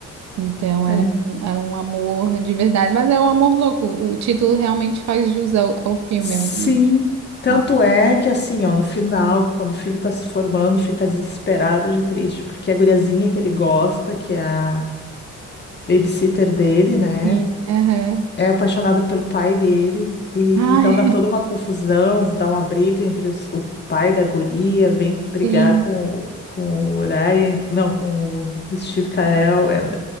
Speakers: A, on the right (about 65°); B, on the left (about 35°).
A: Então
B: é.
A: era, um- era um amor de verdade, mas é um amor louco. O título realmente faz jus ao, ao filme.
B: Sim,
A: É um,
B: tanto
A: ao
B: é que assim, ó, no final, quando o filho tá se formando, o filho tá desesperado de triste, porque a guriazinha que ele gosta, que é a babysitter dele, né?
A: fim. aham.
B: é apaixonado pelo pai dele, e
A: Ai,
B: então dá toda
A: <laughs>
B: uma confusão, dá uma briga entre os- o pai da guria, vem brigar
A: sim,
B: com, o- com o Ryan, não, com o Steve Carell, and-